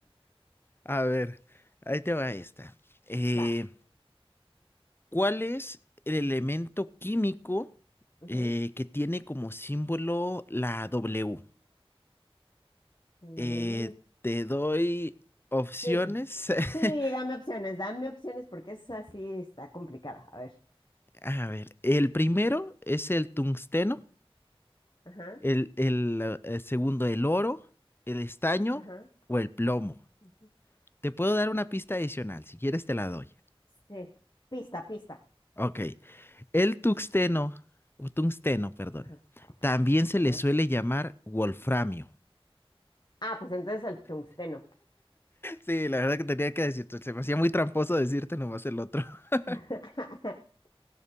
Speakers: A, on the left; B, on the left.
A: A ver, ahí te va esta. Eh,
B: Va.
A: ¿Cuál es el elemento químico
B: ujú,
A: eh, que tiene como símbolo la W?
B: El
A: Eh,
B: elemento.
A: te doy opciones.
B: Sí, sí,
A: <laughs>
B: dame opciones, dame opciones porque es así, está complicada. A ver.
A: A ver, el primero es el tungsteno,
B: Ajá,
A: el, el, eh, segundo el oro, el estaño
B: ajá.
A: o el plomo.
B: ujú.
A: Te puedo dar una pista adicional, si quieres te la doy.
B: Sí. Pista, pista.
A: Ok, el tungsteno, o tungsteno, perdón,
B: Ajá,
A: también se
B: ajá.
A: le suele llamar wolframio.
B: Ah, pues entonces el tungsteno.
A: Sí, la verdad que tenía que decirte, se me hacía muy tramposo decirte nomás el otro. <laughs>
B: <laughs>